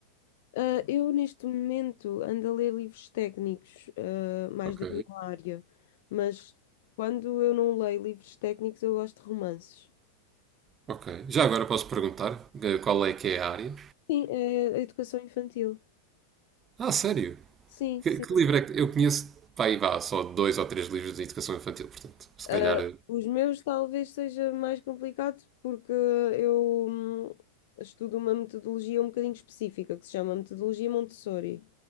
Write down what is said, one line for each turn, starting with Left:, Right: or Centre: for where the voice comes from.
Left: Ah, eu neste momento ando a ler livros técnicos, ah, mais
Right: Ok.
Left: da minha área, mas quando eu não leio livros técnicos, eu gosto de romances.
Right: Ok. Já agora posso perguntar eh, qual é que é a área?
Left: Sim, é a educação infantil.
Right: Ah, sério?
Left: Sim,
Right: Que,
Left: sim.
Right: que livro é que. Eu conheço, pá, aí vá, só dois ou três livros de educação infantil, portanto, se
Left: Ah,
Right: calhar eh,
Left: os meus talvez seja mais complicado porque eu hum, estudo uma metodologia um bocadinho específica que se chama metodologia Montessori.